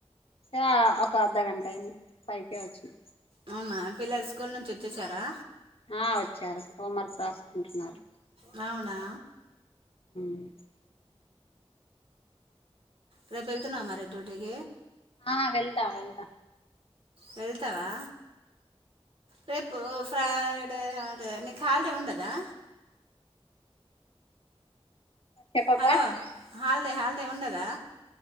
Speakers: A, on the left; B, on the right.
A: ఏ ఒక అర్ధగంట అయింది పైకే వచ్చిన
B: అవునా పిల్లల స్కూల్ నుంచి వచ్చేసారా
A: ఆ వచ్చారు హోం వర్క్ రాసుకుంటున్నారు
B: రావునా
A: అ
B: రే పేల త అమారి దటేక
A: ఆ వెళ్తా వెళ్తా
B: వెళ్తావా రేపు ఫ్రైడే నీకు హాలిడే ఉండదా
A: చెప్పబ్బా
B: హలో హల్డే హాలిడే ఉండదా